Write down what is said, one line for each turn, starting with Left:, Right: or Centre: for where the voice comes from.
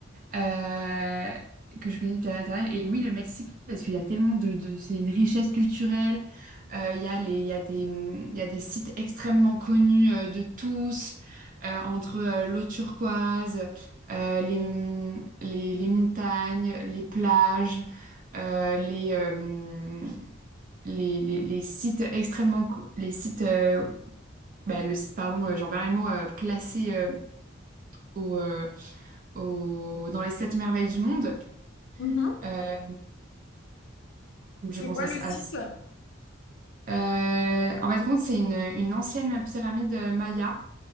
Right: euh, que je connais depuis la maternelle. Et oui, le Mexique, parce qu'il y a tellement de, de- c'est une richesse culturelle. Euh, Il y a les, il y a des, hum, il y a des sites extrêmement connus euh, de tous, euh, entre euh, l'eau turquoise, euh, les, hum, les, les montagnes, les plages, euh, les, euh, les, les, les sites extrêmement, co- les sites, euh, bah, le site, pardon, euh, j'en perds les mots, euh, classé euh, au, euh, au- dans les sept merveilles du monde.
Left: Mhm.
Right: Euh, je
Left: C'est
Right: pense
Left: quoi
Right: à
Left: le
Right: ça.
Left: site?
Right: Euh, en fait, compte, c'est une, une ancienne pyramide euh, maya.